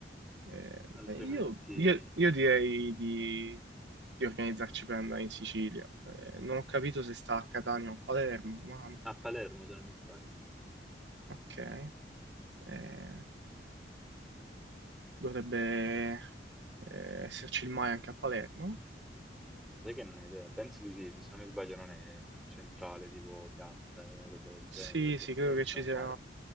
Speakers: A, on the right (about 80°); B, in the centre.
A: eh,
B: altrimenti
A: eh, io, io- io direi di, di organizzarci per andare in Sicilia. Eh, non ho capito se sta a Catania o a Palermo, ma
B: a Palermo se non mi sbaglio.
A: ok. Eh, dovrebbe eh, esserci il mare anche a Palermo.
B: Sai che non ho idea, penso di sì, se non mi sbaglio non è centrale, tipo piazza e roba del genere,
A: Sì,
B: dovrebbe
A: sì,
B: essere
A: credo
B: vicino
A: che ci
B: al
A: sia,
B: mare.